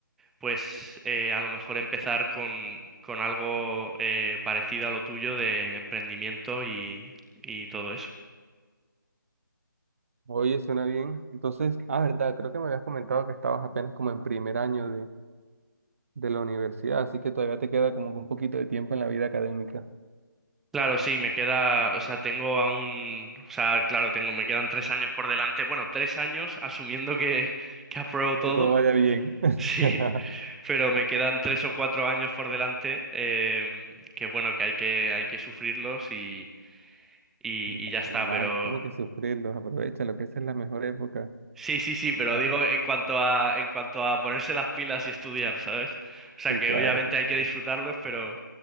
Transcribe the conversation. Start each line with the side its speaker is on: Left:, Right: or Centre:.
Centre: pues eh, a lo mejor empezar con, con algo eh, parecido a lo tuyo de emprendimiento y, y todo eso.
Right: Oye, suena bien. Entonces, ah, verdad, creo que me habías comentado que estabas apenas como en primer año de, de la universidad, así que todavía te queda como que un poquito de tiempo en la vida académica.
Centre: Claro, sí, me queda, o sea, tengo aún, o sea, claro, tengo, me quedan tres años por delante, bueno, tres años asumiendo que, que apruebo todo,
Right: Que todo vaya bien.
Centre: <laughs> sí,
Right: <laughs>
Centre: Pero me quedan tres o cuatro años por delante, em, que bueno, que hay que, hay que sufrirlos y, y,
Right: No,
Centre: y ya está,
Right: Hermano,
Centre: pero
Right: ¿cómo que sufrirlos? Aprovecha lo que esa es la mejor época.
Centre: sí, sí, sí, pero
Right: Ah,
Centre: digo en cuanto a, en cuanto a ponerse las pilas y estudiar, ¿sabes? O sea
Right: sí,
Centre: que
Right: claro,
Centre: obviamente
Right: por
Centre: hay
Right: supuesto.
Centre: que disfrutarlos, pero